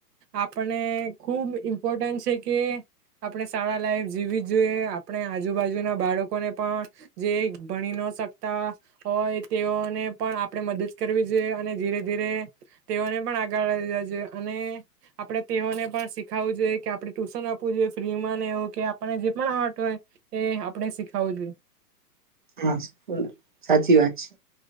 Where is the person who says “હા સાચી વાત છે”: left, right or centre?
Right